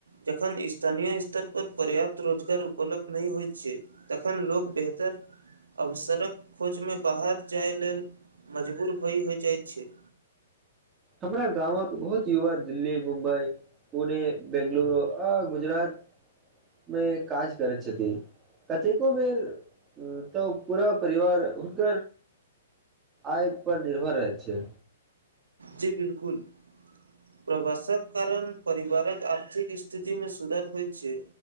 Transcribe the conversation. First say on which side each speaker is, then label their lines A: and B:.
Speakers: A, on the right; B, on the right.
A: जखन स्थानीय स्तर पर पर्याप्त रोजगार उपलब्ध नहि होयत छ तखन लोक बेहतर अवसर खोजमे बाहर जाय लेल मजबूर भय होय जाइत छ
B: हमरा गामक बहुत युवा दिल्ली मुम्ब पुने बेंगलूर आ गुजरात मेमे काज करैत छथ कतेको बेर तऽ पूरा परिवार हुनक आय पर निर्भर रहैत छै
A: जी बिलकुल प्रवासक कारण परिवार आर्थिक स्थिति मे सुधार होइ छै